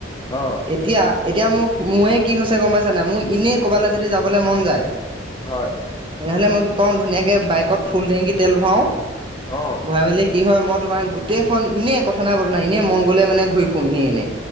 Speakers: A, on the left (about 20°); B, on the right (about 25°).
A: অ
B: এতিয়া এতিয়া মোক মোয়ে কি হৈছে গম পাইছে নাই মোৰ এনেই ক'ৰবালে যদি যাবলে মন যায়
A: হয়
B: তেতিয়াহ'লে মই কি কওঁ ধুনীয়াকে বাইকত ফুল টেংকি তেল ভৰাও
A: অ
B: ভৰাই মেলি কি হয় মই তোমাৰ গোটেইখন এনেই কথা নাই বতা নাই এনেই মন গ'লে মানে ঘূৰি ফুৰো এনেই এনেই